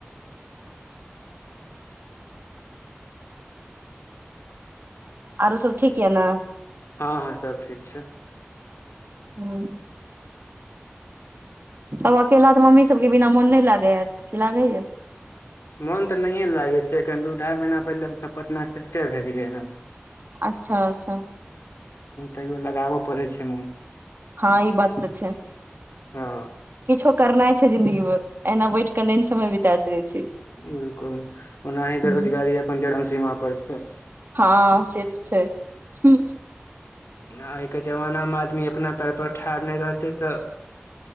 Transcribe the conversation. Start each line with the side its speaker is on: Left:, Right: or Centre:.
Right: आरो सब ठीक यऽ ने।
Left: हँ- हँ सब ठीक छै।
Right: हूं। तब अकेला तऽ मम्मी सबके बिना मोन नहि लागैत हैं, लागैया?
Left: मोन तऽ नहिए लागै छै, एखन दू ढाई महीना पहिले हमसब पटना शिफ्टे भेलयै हेँ।
Right: अच्छा -अच्छा।
Left: तैयो लगाबऽ पड़े छै मोन।
Right: हँ ई बात तऽ छै,
Left: हँ
Right: किछो करनाइ छै जिन्दगी में, एना बैठ केना समय बिता सकै छै।
Left: बिल्कुल, ओना ही
Right: हूँ
Left: बेरोजगारी अपन चरम सीमा पर छै।
Right: हँ से तऽ छै।
Left: नै आइके जमाना मे आदमी अपना पैर पर ठाढ़ नै रहतै तऽ,